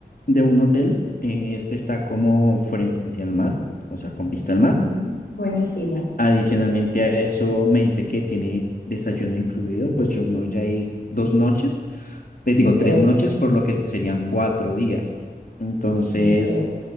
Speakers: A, on the left (about 55°); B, on the left (about 75°).
A: de un hotel, eh, este está como frente al mar, o sea, con vista al mar.
B: Ujú, Buenísimo.
A: Adicionalmente a eso me dice que tiene desayuno incluido, pues yo me voy a ir dos noches, te
B: Ok,
A: digo tres noches, por lo que serían cuatro días. Entonces...
B: ok.